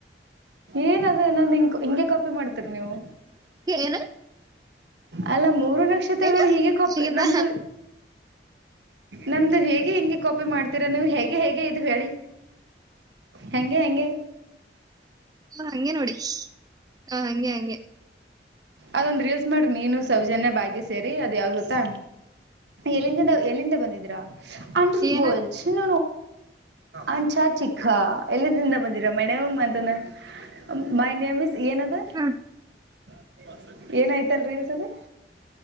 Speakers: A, on the right; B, on the right.
A: ಏನದು ನಂದ ಹಿಂಗ ಹಿಂಗೆ ಕಾಪಿ ಮಾಡ್ತ. ತೀರ ನೀವು.
B: ಏನು
A: ಅಲ್ಲ ಮೂರು ನಕ್ಷತ್ರಗಳು
B: ಏನು
A: ಹೀಗೆ ಕೊಪ್ಪ
B: ಆಗಿದ
A: ನಮ್ದು ನಮ್ದು ಹೇಗೆ ಗೆ ಹೆಂಗೆ ಕಾಪಿ ಮಾಡ್ತೀರಾ ನೀವು ಹೇಗೆ ಹೇಗೆ ಇದು ಹೇಳಿ ಹೆಗೆ ಹೆಂಗೆ.
B: ಹಾ ಹಂಗೆ ನೋಡಿ ಹ ಹಂಗೆ ಹಂಗೆ <unintelligible>
A: ಅದೊಂದ್ ರೀಲ್ಸ್ ಮಾಡ್ರಿ ನೀನು ಸೌಜನ್ಯ ಬಾಗ್ಯ ಸೇರಿ ಅದ್ ಯಾವ್ದ್ ಗೊತ್ತಾ ಎಲ್ಲಿಂದಿಂದ ಎಲ್ಲಿಂದ ಬಂದಿದೀರಾ ಅಂಡಂಡರ್
B: ಏನ
A: ವರ್ಲ್ಡ್ ಚ ಅಂಟಾಟಿಕಾ ಎಲ್ಲಿಂದ ಬಂದಿರ ಮೈಡಮ್ ಅಂತಾನಮೈ ನೇಮ ಇಸ್ ಏನದು
B: ಹ್ಮ್
A: <unintelligible> ಎನೈತ್ರಿ ಅದು